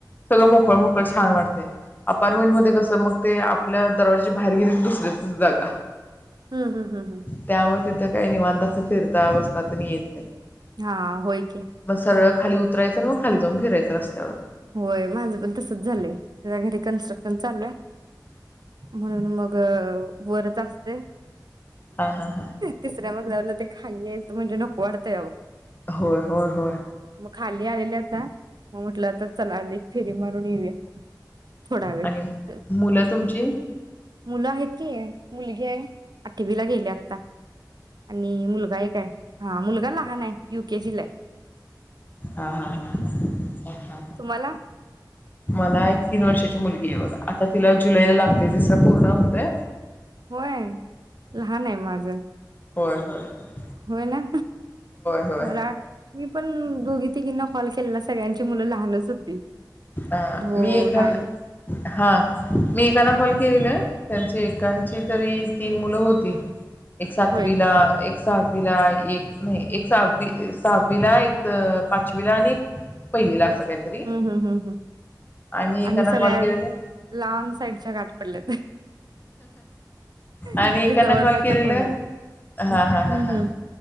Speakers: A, on the left (about 25°); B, on the right (about 70°).
A: सगळं मोकळ मोकळ छान वाटतय अपारमेंट मध्ये कसं मग ते आपल्या दरवाज्याच्या बाहेर गेले क दुसऱ्याचिच जागा
B: हम्म, हम्म, हम्म, हम्म
A: त्यामुळे तिथं काय निवांत काही फिरता बसता तेनं येत नाही
B: हा होय की
A: मग सरळ खाली उतरायचं मग खाली जाऊन फिरायचं रस्त्यावर
B: होय माझं पण तसच झालंय तुझ घरी कन्स्ट्रक्शन चालू आहे. म्हणून मग वरच असते
A: हा हा हा
B: तिसऱ्या मज ते खाली यायचं म्हणजे नको वाटतय आओ
A: होय होय होय
B: मग खाली आलेले आता मग म्हटलं आ चला एक फेरी मारून येऊया. थोडा वेळ
A: आणि मुलं तुमची
B: मुलं आहेत की मुलगी आहे आठवी ला गेली आता आणि मुलगा एक हाय हा मुलगा लहान आहे युके जीला
A: हा, हा, हा, हा
B: तुम्हाला
A: मला एक तीन वर्षाची मुलगी आहे बघा आता तिला जुलैला लागतय तिसरा पूर्ण होतेय.
B: होय लहान आहे माझा
A: होय होय होय
B: होयना
A: होय
B: मला <inaudible> मी पण दोघी-तिघींना कॉल केलेला सगळ्यांची मुलं लहानच होती.
A: अ
B: दोन
A: मी एखा
B: अडीच
A: हा मी एकाना कॉल केलेला त्यांची एकांची तरी तीन मुलं होती एक सातवी
B: होय
A: ला, एक सहावीला, एक नाही एक सहावी सहावीला, एक पाचवीला आणि एक पहिलीला अस काहीतरी
B: हम्म हम्म हम्म हम्म
A: आणि ऐकांना
B: सगळ्यात
A: कॉल केलेला
B: लांब साईडच्या गाठ पडल्यात म्हणजे
A: आणि ऐकांना
B: जवळपासच्या
A: कॉल केलेला
B: कोण नाहीत.
A: हा
B: हम्म
A: हा हा
B: हम्म